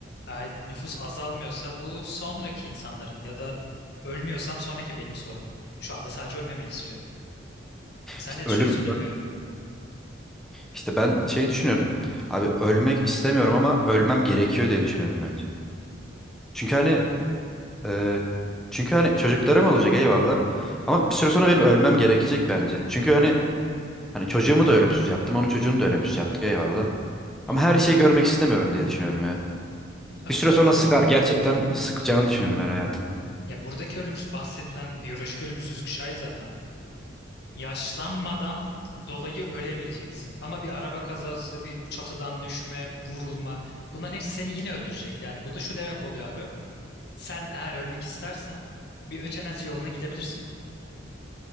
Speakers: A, on the left; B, in the centre.
A: ay, nüfus azalmıyorsa bu sonraki insanların ya da ölmüyorsam sonraki benim sorunum. Şu anda sadece ölmemeyi istiyorum. Sen
B: İşte
A: ne
B: ölüm
A: düşünüyorsun bilmiyorum.
B: işte ben şey düşünüyorum. Abi ölmek istemiyorum ama ölmem gerekiyor diye düşünüyorum bence. Çünkü hani
A: Ya.
B: e, çünkü hani çocuklarım olacak eyvallah. Ama bir süre sonra benim ölmem gerekecek bence. Çünkü hani hani çocuğumu da ölümsüz yaptım, onun çocuğunu da ölümsüz yaptık eyvallah.
A: Hı
B: Ama
A: hı.
B: her şeyi görmek istemiyorum diye düşünüyorum ya.
A: Abi
B: Bir süre
A: zaten
B: sonra sıkar. Gerçekten sıkacağını düşünüyorum ben hayatın.
A: ya buradaki ölümsüz bahsedilen biyolojik ölümsüzlük şey zaten. Yaşlanmadan dolayı ölemeyeceksin. Ama bir araba kazası, bir çatıdan düşme, vurulma bunların hepsi seni yine öldürecek. Yani bu da şu demek oluyor abi. Sen eğer ölmek istersen bir ötenazi yoluna gidebilirsin.